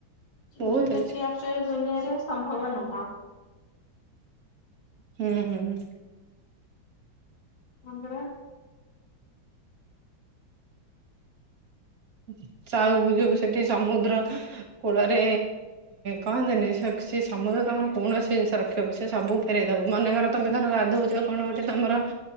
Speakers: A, on the left (about 85°); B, on the right (about 50°).
A: ଯୋଉଟା
B: ବହୁତ ଅଛି
A: କି ଆକ୍ଚୁଲି ଦୁନିଆରେ ସମ୍ଭବ ନୁହଁ।
B: <inaudible> ହୁଁ ହୁଁ।
A: ପନ୍ଦର
B: <unintelligible> ସେଠି ସମୁଦ୍ର କୂଳରେ କହନ୍ତିନି, ସେ ସମୁଦ୍ର ତମର କୌଣସି ଜିନିଷ <unintelligible> ସେ ସବୁ ଫେରଇ ଦବ, ମନେକର ତମେ ଧର ଗାଧଉଛ, କଣ ଗୋଟେ ତମର